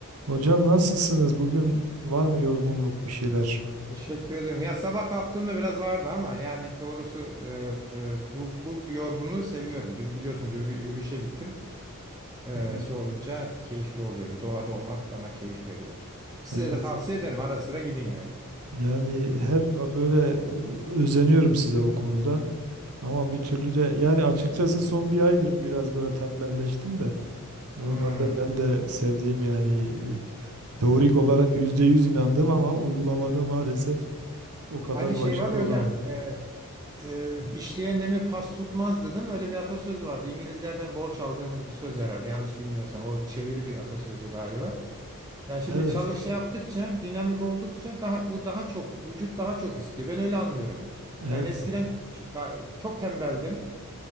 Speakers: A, on the right; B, on the right.
A: Hocam nasılsınız? Bugün var mı yorgunluk bir şeyler?
B: Teşekkür ederim. Ya sabah kalktığımda biraz vardı ama yani doğrusu e, e, bu, bu yorgunluğu seviyorum. Dün biliyorsunuz yürü- yürüyüşe gittim. E,
A: Evet.
B: şey olunca keyifli oluyorum. Doğada olmak bana keyif veriyor. Size
A: Evet.
B: de tavsiye ederim. Ara sıra gidin yani.
A: Yani hep böyle özeniyorum size o konuda. Ama bir türlü de yani açıkçası
B: Teşekkür
A: son
B: ederim.
A: bir aydır biraz böyle tembelleştim de. Normalde
B: Hmm.
A: ben de sevdiğim yani e, teorik olarak %100 inandım ama uygulamada maalesef o kadar
B: Hadi şey
A: başarılı
B: var ya hocam.
A: olamadım.
B: e, Ee, işleyen demir pas tutmaz değil Öyle bir atasöz vardı. İngilizlerden borç aldığımız bir söz herhalde. Yanlış bilmiyorsam. O çeviri bir atasözü galiba. Yani şimdi
A: Evet,
B: çalış şey yaptıkça, dinamik oldukça daha bu daha çok vücut daha çok istiyor. Ben öyle anlıyorum.
A: evet,
B: Yani eskiden çok tembeldim.